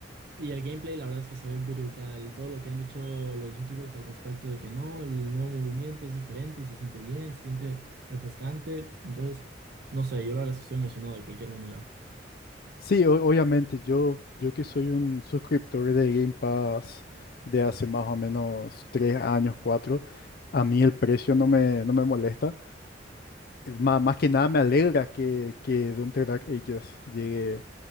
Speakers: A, on the right; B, on the left.
A: Y el gameplay, la verdad es que se ve brutal. Todo lo que han dicho los youtubers al respecto de que no, el nuevo movimiento es diferente y se siente bien, se siente refrescante. Entonces, no sé, yo la verdad es que estoy emocionado de cualquier manera.
B: Sí, o- obviamente, yo, yo que soy un suscriptor de Game Pass de hace más o menos tres años, cuatro, a mí el precio no me, no me molesta. Es má- Más, que nada me alegra que, que Doom the Dark Ages llegue,